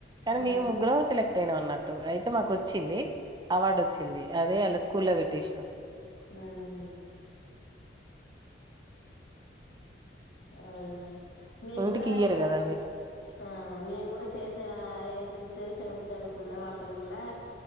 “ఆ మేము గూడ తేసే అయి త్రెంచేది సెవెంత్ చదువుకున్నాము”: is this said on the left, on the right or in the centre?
Left